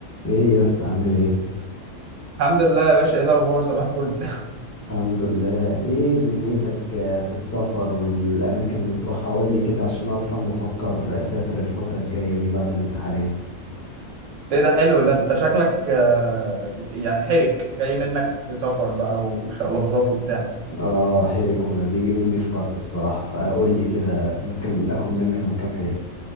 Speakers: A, on the left (about 20°); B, on the right (about 75°).
A: ايه يا اسطى عامل ايه
B: الحمد لله يا باشا ايه الاخبار صباح الفل <laughs>
A: الحمد لله ايه دنيتك آه، في السفر والاماكن اللي بتروحها قول لي كده عشان أنا اصلا بفكر اسافر الفتره الجايه دي بعد الامتحانات
B: ايه ده حلو ده انت شكلك آه، بت- يعني حرك جاي منك في سفر بقى وشقلباظات وبتاع
A: اه حيرك وبيجي مني في فرق الصراحه فقول لي كده ممكن اخد منك مكان حلو